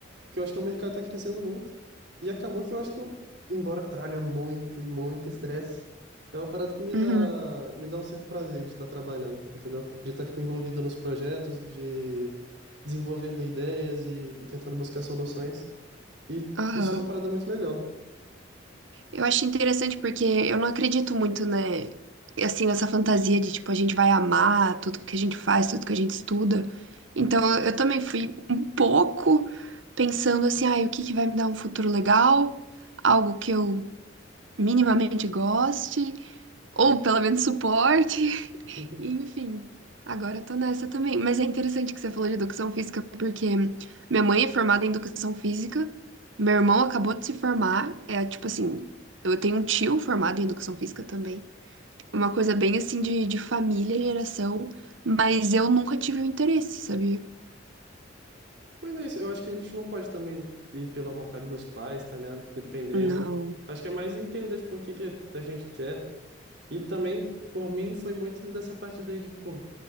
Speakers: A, on the right (about 60°); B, on the right (about 80°).
A: porque eu acho que o mercado está crescendo muito. E acabou que eu acho que eu, embora traga muito e muito estresse, é uma parada que me dá,
B: Uhum.
A: me dá um certo prazer de estar trabalhando, entendeu? De estar, tipo, envolvido nos projetos, de desenvolvendo ideias e, e tentando buscar soluções. E
B: Aham.
A: isso é uma parada muito legal.
B: Eu acho interessante porque eu não acredito muito, né, assim, nessa fantasia de, tipo, a gente vai amar tudo que a gente faz, tudo que a gente estuda. Então, eu eu também fui um pouco pensando assim, ai, o que que vai me dar um futuro legal? Algo que eu minimamente goste, ou pelo menos suporte. <laughs>
A: <laughs>
B: Enfim, agora eu tô nessa também. Mas é interessante que você falou de educação física, porque minha mãe é formada em educação física, meu irmão acabou de se formar, é tipo assim, eu tenho um tio formado em educação física também. Uma coisa bem assim de, de família, geração, mas eu nunca tive o interesse, sabia?
A: Mas é isso, eu acho que a gente não pode também ir pela vontade dos pais, tá ligado? Dependendo.
B: Não.
A: Acho que é mais entender, tipo, o que que a gente quer. E também, por mim, foi muito dessa parte daí de, tipo, o